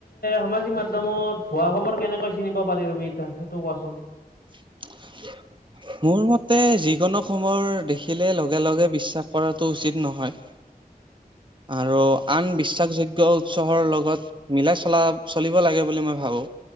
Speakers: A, on the left; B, on the right.
A: সামাজিক মাধ্যমত হোৱা খবৰ কেনেকৈ চিনিব পাৰি তুমি এতিয়া সেইটো কোৱাচোন
B: <unintelligible> মোৰ মতে যিকোনো সময়ৰ দেখিলে লগে লগে বিশ্বাস কৰাটো উচিত নহয় আৰু আন বিশ্বাসযোগ্য উৎসৰ লগত মিলাই চলা চলিব লাগে বুলি মই ভাবো